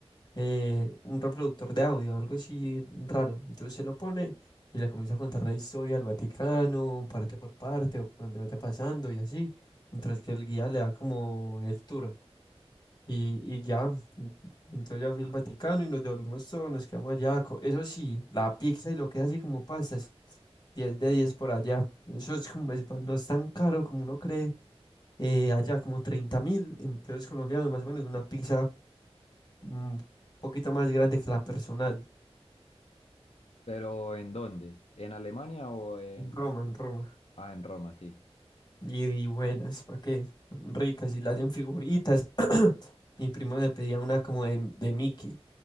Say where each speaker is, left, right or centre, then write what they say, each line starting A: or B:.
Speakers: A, on the left; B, on the left.
A: eh, un reproductor de audio, algo así raro. Entonces se lo pone y le comienza a contar la historia del Vaticano, parte por parte, o por donde vaya pasando y así, mientras que el guía le da como el tour. Y, y ya, y- y entonces ya fui al Vaticano y nos devolvimos todos, nos quedamos allá. co- Eso sí, la pizza y lo que es así como pastas, 10 de 10 por allá. Eso es como, es- no es tan caro como uno cree. eh, allá como treinta mil en pesos colombianos, más o menos una pizza mm, un poquito más grande que la personal.
B: ¿Pero en dónde? ¿En Alemania o en...
A: En Roma, en Roma.
B: Ah, en Roma, sí.
A: Y, y buenas, ¿para qué? Ricas y las hacen figuritas. <clears throat> Mi primo le pedía una como de, de Mickey.